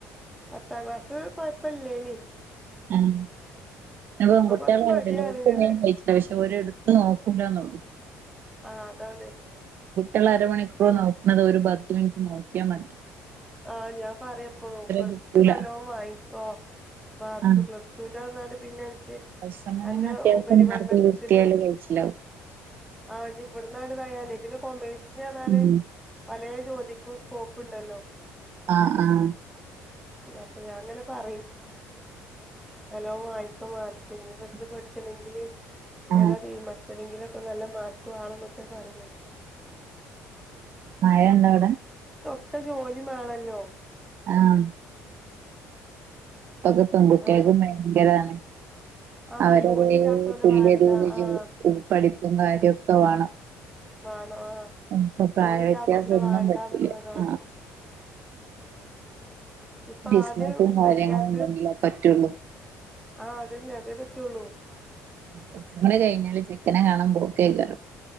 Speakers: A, in the centre; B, on the right (about 40°).
A: പത്താം ക്ലാസ്സ് കൊഴപ്പല്ലേനി
B: ഉം അ പെൺകുട്ട്യേളായ
A: കൊറച്ച് മടിയാണ്
B: ത്യല്ലൊ ഓൽക്ക്
A: ഇങ്ങനെ
B: മേം കയ്ച്ചിലാവും <inaudible> <inaudible> ഒരിട്ത്ത് നോക്കൂല്ല ന്നൊള്ളു
A: ആ അതാണ്
B: <inaudible> അരമണിക്കൂറ് നോക്ക്ണത് ഒരു പത്ത് മിനിറ്റ് നോക്ക്യാമതി
A: ആഹ് ഞാൻ പറയ്പ്പളും പ്ലസ്
B: കിട്ടൂല
A: ടു നല്ലോണം വാങ്ങിക്കോ മാർക്ക്
B: ആ
A: പ്ലസ് റ്റുന്റെ ന്നാല് പിന്നെനിക്ക്
B: ഫസ്റ്റ് സെമ്മിന്
A: അന്നെ
B: തന്നെ അത്യാവശ്യം
A: ഉപരിപഠനത്തിന്
B: മാർക്ക് കിട്ടിയാല് കഴിച്ചിലാവും
A: ആഹ് ഇനി ഇവിടുന്നങ്ങ്ട് ഇതായാലെ പിന്നെ കൊമേഴ്സ്ന്ന് ‌ പറഞ്ഞാല്
B: ഉം
A: പലേ ജോലിക്കും സ്കോപ്പ് ഉണ്ടല്ലോ
B: ആഹ് ആഹ്
A: അപ്പൊ ഞാൻ ങ്ങനെ പറയും നല്ലോം വാങ്ങിക്ക് മാർക്ക് ഇനി ഇവിടു പഠിച്ച്ണെങ്കില്
B: ആ
A: ഏതാ തീരുമാനിച്ചതെങ്കിലുംഒക്കെ നല്ല മാർക്ക് വാണം എന്നൊക്കെയ പറഞ്ഞത്
B: മയ ണ്ടോ അവ്ടെ
A: ഇപ്പം ജോലി മേണല്ലോ
B: ആഹ് ഇപ്പ പെൺകുട്ടിയക്കും
A: ഏഹ്
B: ഭയങ്കരാണെ
A: ആഹ്
B: അവരതേ
A: ജോലി ഇല്ലാത്തോലെ
B: തുല്യതയിൽ
A: വാണ്ട
B: ജോ
A: ആഹ്
B: പഠിപ്പും കാര്യക്കെ വാണം
A: വാണം ആഹ്
B: പ്പ പ്രായവ്യത്യാസം
A: ജോലി ഇല്ലാത്തോലെ
B: ഒന്നും
A: വാണ്ടാന്ന്ള്ളതാണ്
B: പറ്റില്ല ആഹ്
A: ഇപ്പൊ
B: ബിസ്നസും
A: ആദ്യ
B: കാര്യങ്ങളും
A: കല്യാണത്തിന്
B: ഒണ്ടങ്കില്ലേ പറ്റുള്ളൂ
A: ആഹ് അതന്നെ അതേ പറ്റുള്ളൂ
B: കുറച്ചും കൂടെ കഴിഞ്ഞാല് ചെക്കനെ കാണാൻ പോക്കയിക്കാരം